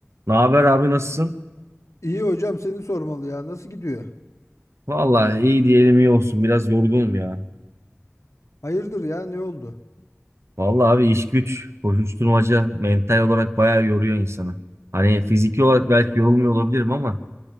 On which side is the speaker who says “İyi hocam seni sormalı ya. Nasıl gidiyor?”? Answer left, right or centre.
Left